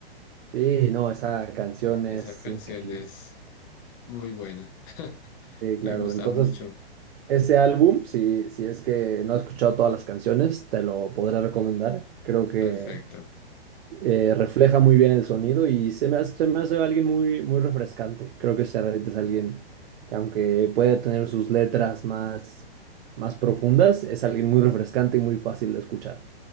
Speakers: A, on the right; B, on the left.
A: Sí, no, esa canción
B: Esa
A: es
B: canción
A: increíble.
B: es muy buena. <laughs>
A: Sí, claro.
B: Me gusta
A: Entonces,
B: mucho.
A: ese álbum, si, si es que no has escuchado todas las canciones, te lo podré recomendar. Creo que
B: Perfecto.
A: eh, refleja muy bien el sonido y se me hace, se me hace alguien muy, muy refrescante. Creo que Serrat es alguien que aunque puede tener sus letras más, más profundas, es alguien muy refrescante y muy fácil de escuchar.